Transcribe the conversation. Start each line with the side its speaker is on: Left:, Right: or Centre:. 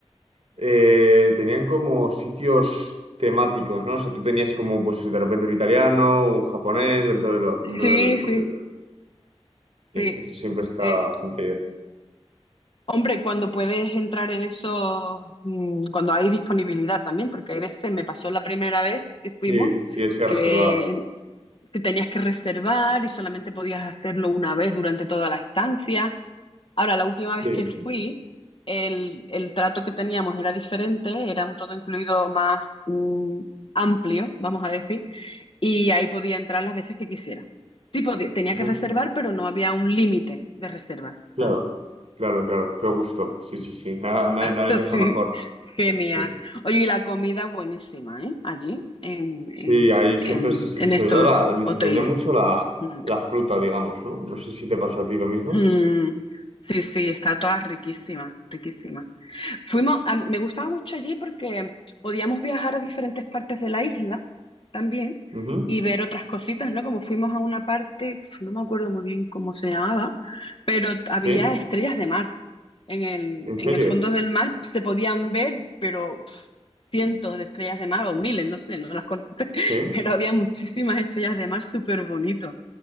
Right: eh, tenían como sitios temáticos, ¿no? O sea, tú tenías como pues de repente un italiano, un japonés dentro del, dentro
Left: Sí,
Right: del propio
Left: sí,
Right: hotel. Sí,
Left: sí.
Right: que eso siempre está
Left: Eh,
Right: bastante bien.
Left: hombre, cuando puedes entrar en eso, mm, cuando hay disponibilidad también, porque hay veces, me pasó la primera vez que fuimos,
Right: Sí, tienes que
Left: que
Right: reservar.
Left: que tenías que reservar y solamente podías hacerlo una vez durante toda la estancia. Ahora, la última
Right: Sí,
Left: vez que fui, el, el trato que teníamos era diferente, era un todo incluido más mm, amplio, vamos a decir, y ahí podía entrar las veces que quisiera. Sí, podía- tenía
Right: Uf,
Left: que reservar, pero no había un límite de reservas.
Right: claro,
Left: ¿sabes?
Right: claro, claro, qué gusto. Sí, sí, sí, nada, no
Left: <laughs>
Right: hay no hay cosa
Left: Sí,
Right: mejor.
Left: genial.
Right: Sí.
Left: Oye, y la comida buenísima, ¿eh? Allí, en,
Right: Sí,
Left: en,
Right: ahí siempre
Left: en,
Right: se...
Left: en
Right: Y sobre
Left: estos
Right: todo la- me
Left: hoteles.
Right: sorprendió mucho la,
Left: Mm.
Right: la fruta, digamos, ¿no? No sé si te pasó a ti lo mismo.
Left: Mm, sí, sí, está toda riquísima, riquísima. Fuimos, a- me gustaba mucho allí porque podíamos viajar a diferentes partes de la isla también
Right: Ujú,
Left: y ver otras cositas, ¿no? Como fuimos a una parte, no me acuerdo muy bien cómo se llamaba, pero había
Right: Sí,
Left: estrellas de mar. En el,
Right: en serio.
Left: en el fondo del mar se podían ver, pero pf, cientos de estrellas de mar o miles, no sé, no las conté, <laughs>
Right: Sí,
Left: pero había muchísimas estrellas de mar súper bonitos.